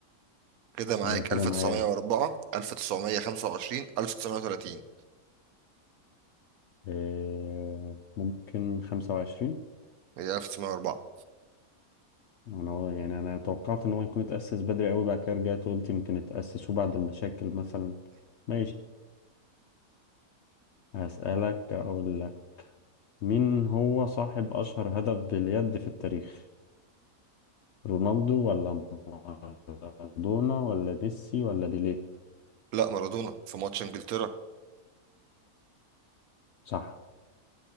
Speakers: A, on the right (about 75°); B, on the left (about 65°).
A: كده معاك
B: يبقى كده
A: 1904
B: معايا
A: 1925 1930
B: آه، ممكن خمسة وعشرين
A: هي 1904
B: أنا هو- يعني أنا توقعت إن هو يكون اتأسس بدري أوي بعد كده رجعت وقلت يمكن اتأسسوا بعد المشاكل مثلا ماشي هسألك أقول لك مين هو صاحب أشهر هدف باليد في التاريخ رونالدو ولا مارادونا ولا ميسي ولا بيليه
A: لا مارادونا في ماتش انجلترا
B: صح